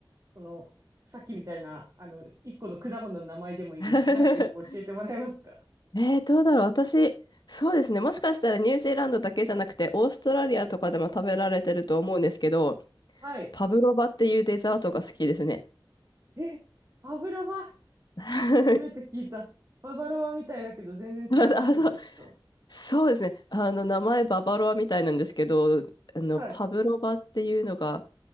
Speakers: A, on the right; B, on the left.
A: その、さっきみたいな、あの、一個の果物の名前でもいいですし、
B: <laughs>
A: なんか一個教えてもらえますか
B: えー、どうだろう。私、そうですね。もしかしたらニュージーランドだけじゃなくて、オーストラリアとかでも食べられてると思うんですけど、
A: はい。
B: パブロバっていうデザートが好きですね。
A: え、バブロバ
B: <laughs>
A: 初めて聞いた。ババロアみたいだけど全然違いますよね、
B: あ、そう、
A: きっと。
B: そうですね。あの、名前ババロアみたいなんですけど、あの、
A: はい。
B: パブロバっていうのが、